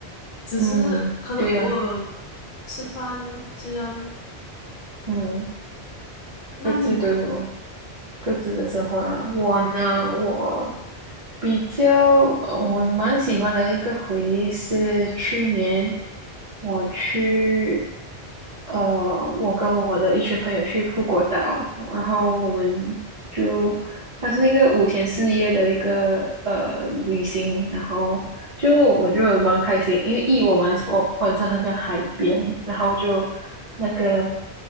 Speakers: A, on the left (about 80°); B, on the right (about 50°).
A: 只是可能偶尔
B: 嗯，对啊，
A: 吃饭这样。
B: 嗯，各自都有。
A: 那你呢？
B: 各自的生活啦。我呢，我比较呃我蛮喜欢的一个回忆是去年我去，呃，我跟我的一群朋友去富国岛，然后我们就它是一个五天四夜的一个呃旅行，然后。就我觉得蛮开心，因为一我蛮我本身很喜欢海边，然后就那个。